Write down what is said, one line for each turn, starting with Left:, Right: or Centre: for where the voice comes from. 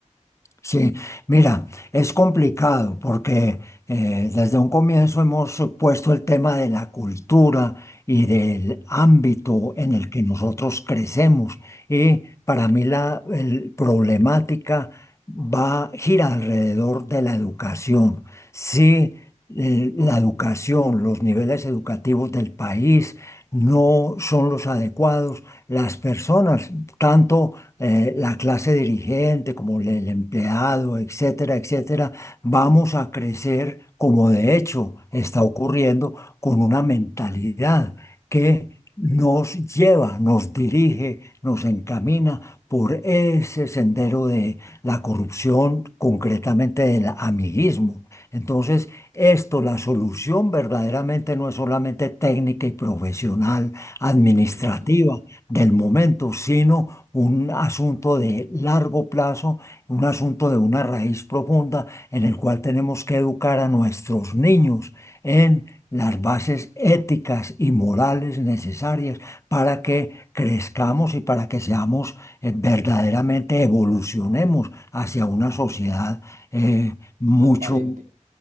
Left: Sí, mira, es complicado porque eh, desde un comienzo hemos puesto el tema de la cultura y del ámbito
Right: Ujú.
Left: en el que nosotros crecemos. Y para mí la el- problemática va, gira alrededor de la educación. Si eh, la educación, los niveles educativos del país no son los adecuados, las personas, tanto eh, la clase dirigente, como el, el empleado, etcétera, etcétera, vamos a crecer como de hecho está ocurriendo con una mentalidad que nos lleva, nos dirige, nos encamina por ese sendero de la corrupción, concretamente del amiguismo. Entonces, esto, la solución verdaderamente no es solamente técnica y profesional, administrativa,
Right: Ujú.
Left: del momento, sino un asunto de largo plazo, un asunto de una raíz profunda en el cual tenemos que educar a nuestros niños en las bases éticas y morales necesarias para que crezcamos y para que seamos eh, verdaderamente evolucionemos hacia una sociedad eh, mucho
Right: Transparente,